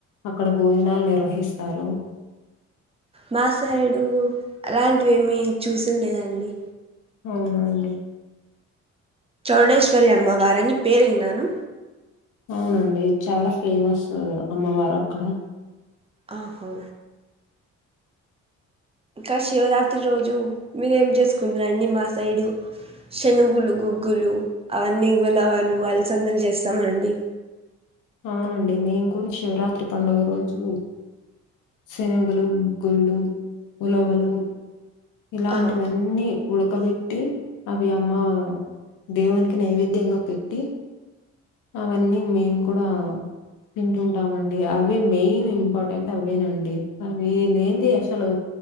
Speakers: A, on the left; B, on the right.
A: అక్కడ భోజనాలు నిర్వహిస్తారు
B: మా సైడు అలాంటివేమీ చుసిన్లేదండి
A: అవునండి
B: చౌడేశ్వరి అమ్మవారని పెరినాన్ను
A: అవునండి చాలా ఫేమస్ అమ్మవారు అక్కడ
B: ఆహో ఇంకా శివరాత్రి రోజు మీరేం చేసుకుంటారండి మా సైడు శనుగులు గుగ్గులు అవన్నీ ఉలవాలు వాళ్ళ సందలు చేస్తామండి
A: అవునండి నేను కూడా శివరాత్రి పండుగ రోజు శనగులు గుగుళ్ళు ఉలవలు ఇలాంటివన్నీ
B: ఆ
A: ఉడకబెట్టి అవి అమ్మ దేవునిక్కీ నైవేద్యంగా పెట్టి అవన్నీ మేము కూడా తింటుంటామండి అవే మెయిన్ ఇంపార్టెంట్ అవేనండి అవి లేందే అసలు